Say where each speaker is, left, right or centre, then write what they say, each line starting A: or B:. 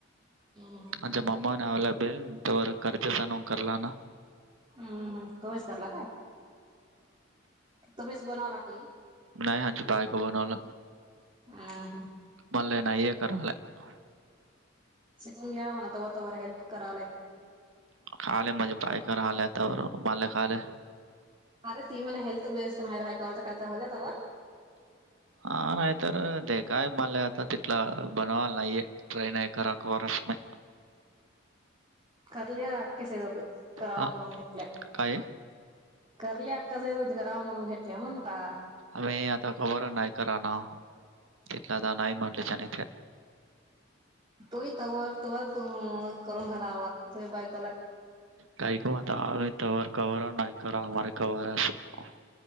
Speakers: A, on the right (about 25°); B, on the right (about 85°).
A: हो.
B: त्यांच्या माममा नवला पर कर्जच न करला नाम
A: हम्म तुम्हीच करला तमस बनवला की
B: नाही हज बायक बनवला
A: ह ह
B: मला नये कराले आहे.
A: शिकून घ्या म्ह ना त तवर हेल्प करालाय.
B: कालेय माझे बायक आलं आता मलाय का आलं.
A: अरे ती मला हेल्थ बेस्ट नाही राहायकां कायचाल त्यावर
B: हा नाही तरर दे कााय मले आता तिथला बनवाल नाहीये ट्रेन आहे करा अक वारस नाही
A: कर्ल अक्या सात करावा
B: हा
A: म्हणून गटल्या
B: काय आहे?
A: करली अक्कास गराव म्हणून घेतल्या म्हण का
B: आ आता खबर नाही कराना तिथला आता नाही म्हंटलेने
A: तोही तवर त तू करून घाला हवा तो बायकोला
B: काही क मत आम्ही तवर कवर नाही क आमे कवर आहे